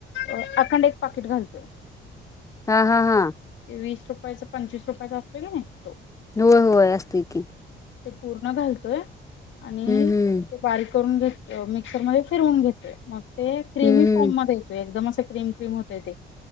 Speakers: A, on the left; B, on the left.
A: अ अखंड एक पाकिट घालतो.
B: हा. हा. हा.
A: वीस रुपयाचा पंचवीस रुपयाचा असतो की नाही तो.
B: होय होय असते की
A: ते पूर्ण घालतोय आणि
B: हम्म हम्म
A: ते बारीक करून घेत अ मिक्सर मध्ये फिरवून घेतोय मग ते क्रीमी
B: हम्म हम्म
A: फॉर्म मधे येतोयएकदमच ते क्रीम क्रीम होत, ते